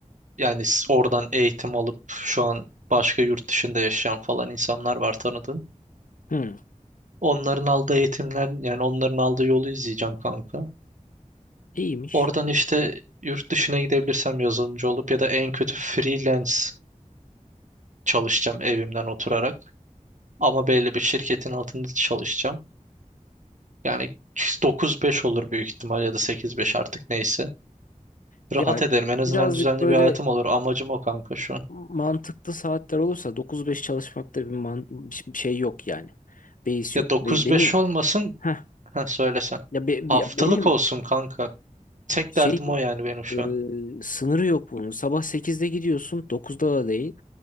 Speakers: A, on the right; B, on the left.
A: Yani s- oradan eğitim alıp şu an başka yurt dışında yaşayan falan insanlar var tanıdığım.
B: Hmm,
A: Onların aldığı eğitimler yani onların aldığı yolu izleyeceğim kanka.
B: iyiymiş.
A: Oradan işte yurt dışına gidebilirsem yazılımcı olup ya da en kötü freelance çalışacağım evimden oturarak. Ama belli bir şirketin altında çalışacağım. Yani 9-5 olur büyük ihtimal ya da 8-5 artık neyse.
B: Ya
A: Rahat ederim en
B: birazcık
A: azından düzenli
B: böyle
A: bir hayatım olur. Amacım o kanka şu an.
B: mantıklı saatler olursa 9-5 çalışmakta bir, man bir şey yok yani. Beis
A: Ya
B: yok.
A: 9-5
B: Be- benim
A: olmasın
B: heh,
A: Ha söylesen.
B: ya be-
A: Haftalık
B: be- benim
A: olsun kanka. Tek
B: şey
A: derdim
B: yok.
A: o yani benim şu
B: Ee,
A: an.
B: sınırı yok bunun. Sabah sekizde gidiyorsun, Dokuzda da değil.